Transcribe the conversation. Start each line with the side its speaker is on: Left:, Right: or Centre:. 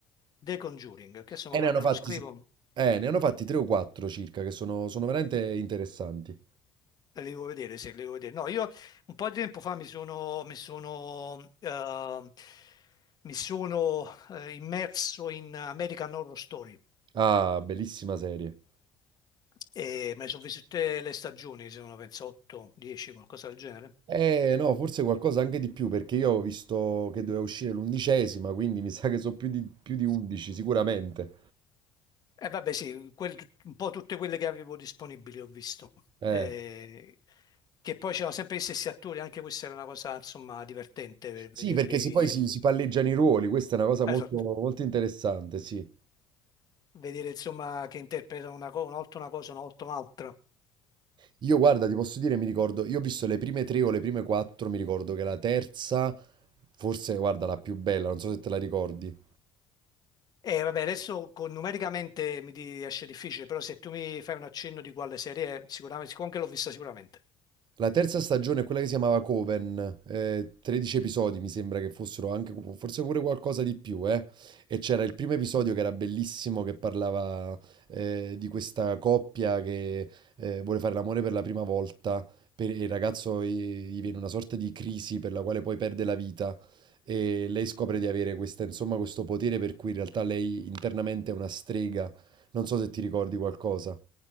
Left: The Conjuring, che adesso
Right: E
Left: me lo,
Right: ne hanno
Left: me
Right: fatti,
Left: lo scrivo,
Right: eh, ne hanno fatti tre o quattro circa, che sono, sono veramente interessanti.
Left: Le devo vedere, se le devo vedere. No, io un po' di tempo fa mi sono, mi sono, eh, mi sono, eh, immerso in American Horror Story
Right: Ah, bellissima serie.
Left: e me ne sono viste tutte le stagioni, sono penso 8, 10, qualcosa del genere.
Right: Eh no, forse qualcosa anche di più, perché io ho visto che doveva uscire l'undicesima, quindi mi sa che sono più di, più di 11 sicuramente.
Left: E vabbè, sì, quel- un po' tutte quelle che avevo disponibili ho visto.
Right: Eh.
Left: Eh, che poi c'erano sempre gli stessi attori, anche questa era una cosa, insomma, divertente per vederli.
Right: Sì, perché si, poi si, si palleggiano i ruoli, questa è una cosa molto,
Left: Esatto,
Right: molto interessante, sì.
Left: vedere insomma che interpretano una, co- una volta una cosa, una volta un'altra.
Right: Io guarda, ti posso dire, mi ricordo, io ho visto le prime tre o le prime quattro, mi ricordo che la terza, forse guarda, la più bella, non so se te la ricordi,
Left: E vabbè, adesso con- numericamente mi riesce difficile, però se tu mi fai un accenno di quale serie, è, sicuramente, siccome anche l'ho vista sicuramente.
Right: La terza stagione è quella che si chiamava Coven, eh, 13 episodi mi sembra che fossero anche, forse pure qualcosa di più, eh. E c'era il primo episodio che era bellissimo, che parlava eh, di questa coppia che eh, vuole fare l'amore per la prima volta, per- e il ragazzo gli, gli viene una sorta di crisi per la quale poi perde la vita e lei scopre di avere questa, insomma, questo potere per cui in realtà lei internamente è una strega, non so se ti ricordi qualcosa.